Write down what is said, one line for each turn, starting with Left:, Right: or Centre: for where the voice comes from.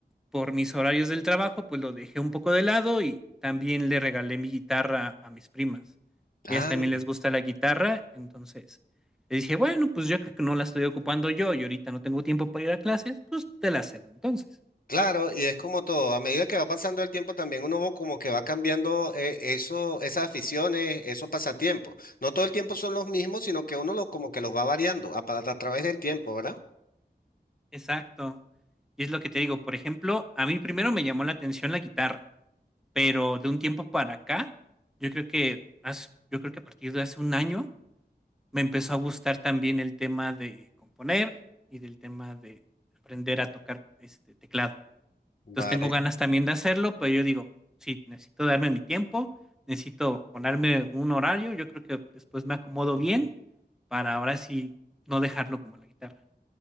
Centre: por mis horarios del trabajo, pues lo dejé un poco de lado y también le regalé mi guitarra a mis primas.
Left: Ay,
Centre: Ellas también les gusta la guitarra, entonces le dije, bueno, pues ya que no la estoy ocupando yo y ahorita no tengo tiempo para ir a clases, pues te la cedo entonces.
Left: claro, y es como todo, a medida que va pasando el tiempo también uno va como que va cambiando eh, eso, esas aficiones, esos pasatiempos. No todo el tiempo son los mismos, sino que uno los como que los va variando a, pa- a través del tiempo, ¿verdad?
Centre: Exacto. Y es lo que te digo, por ejemplo, a mí primero me llamó la atención la guitarra, pero de un tiempo para acá, yo creo que, hace- yo creo que a partir de hace un año, me empezó a gustar también el tema de componer y del tema de aprender a tocar este teclado.
Left: Vale.
Centre: Entonces tengo ganas también de hacerlo, pero yo digo, sí, necesito darme mi tiempo, necesito ponerme un horario, yo creo que después me acomodo bien para ahora sí no dejarlo como la guitarra.